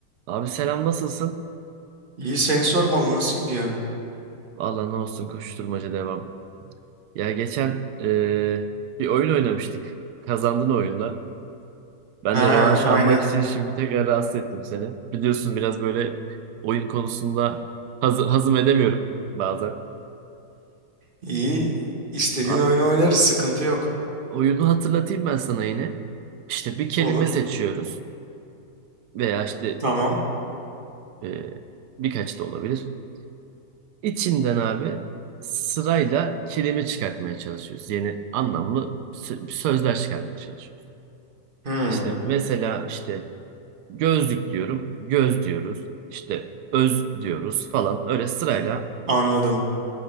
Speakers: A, on the right; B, on the right.
A: Abi selam nasılsın?
B: İyi seni sormalı nasıl gidiyor?
A: Valla ne olsun koşturmaca devam. Ya geçen eee, bir oyun oynamıştık. Kazandın oyunda. Ben
B: Ha
A: de rövanş
B: aynen.
A: almak için şimdi tekrar rahatsız ettim seni. Biliyorsun biraz böyle oyun konusunda haz hazım edemiyorum bazen.
B: İyi. İstediğin
A: Abi
B: oyunu oynarız sıkıntı yok.
A: oyunu hatırlatayım ben sana yine. İşte bir kelime
B: Olur.
A: seçiyoruz veya işte
B: Tamam.
A: eee, birkaç da olabilir. İçinden abi sırayla kelime çıkartmaya çalışıyoruz. Yeni anlamlı sö- sözler çıkarmaya çalışıyoruz.
B: Hmm.
A: İşte mesela işte gözlük diyorum, göz diyoruz. İşte öz diyoruz falan. Öyle sırayla
B: hmm. Anladım.